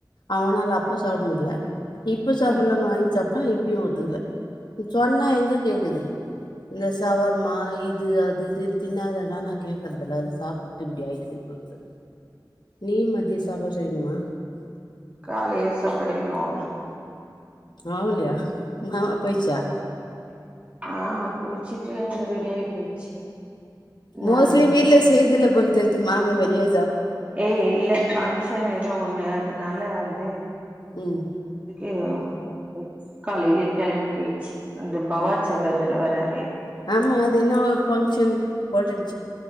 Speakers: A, on the left (about 70°); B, on the right (about 20°).
A: அவனால அப் அப்ப சாப்பிட முடியல இப்ப சாப்பிடலானு
B: ம்
A: வாங்கி சாப்பிட்டா இப்பயும் ஒத்துக்கல சொன்னா எங்க கேக்குது இந்த சவார்மா இது அது இதுன்னு தின்னாதனனா கேக்குறதில்ல அது சாப்பிட்டு இப்படி ஆயிட்டு இருக்கு நீ மதியம் சாப்பாடு செய்யணுமா
B: கால் ஏசப்படின்னு அவள
A: ஆவலயா மாமா போயிடுச்சா
B: ஆஹ் குளிச்சிட்டு வந்து ரெடி ஆயி போச்சு
A: மோஸ்ட்லி
B: நான் வந்து
A: வீட்டுல செய்றதுல்ல போல தெரியுது மாம வெளிய
B: ஏய் இல்லை பங்க்ஷன் ஏதோ ஒண்ணு அதனால வந்து
A: உம்ம்
B: ஏய் ஓ காலையில கிளம்பி போயிடுச்சு அந்த பவா சகோதரர் வராரு
A: ஆமா அது என்ன பங்க்ஷன் போட்டன்